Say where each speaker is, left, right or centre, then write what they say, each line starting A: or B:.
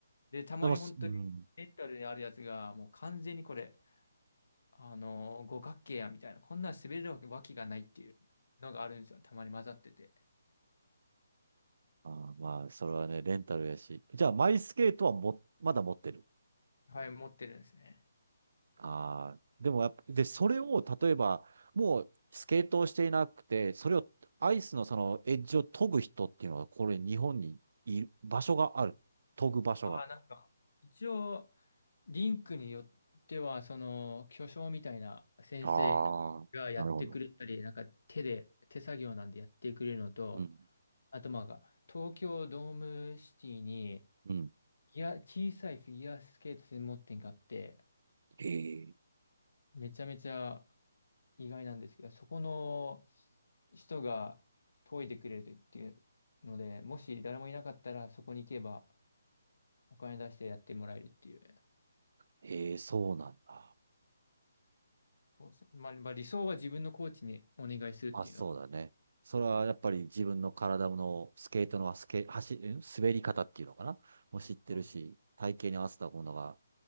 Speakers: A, on the left (about 70°); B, on the right (about 55°).
A: で、たまに本当にメンタルであるやつがもう完全にこれ、
B: でも、すうん。
A: あのー五角形やみたいな、こんなん滑れるわけ、わけがないっていうのがあるんですよ。たまに混ざってて。
B: ああ、まあ、それはね、レンタルやし。じゃあ、マイスケートはも、まだ持ってる。
A: はい、持ってるんですね。
B: ああ、でもやっぱ、で、それを、例えば、もう、スケートをしていなくて、それを、アイスのその、エッジを研ぐ人っていうのは、これ、日本にいる、場所がある。研ぐ場所が。
A: ああ、なんか、一応、リンクによっては、その、巨匠みたいな先生
B: ああ、
A: がやってくれたり、
B: なるほど。
A: なんか手で、手作業なんでやってくれるのと、
B: うん。
A: あとまあ、東京ドームシティに、
B: うん。
A: いや、小さいフィギュアスケート専門店があって、
B: ええ、
A: めちゃめちゃ意外なんですけど、そこの人が研いでくれるっていうので、もし誰もいなかったら、そこに行けばお金出してやってもらえるっていう。
B: ええ、そうなんだ。
A: そうですね。まあ、まあ理想は自分のコーチにお願いするっていうのが。
B: まあそうだね。それはやっぱり自分の体のスケートのスケ、走、ん滑り方っていうのかなもう知ってるし、
A: そう
B: 体型に合わせたものが、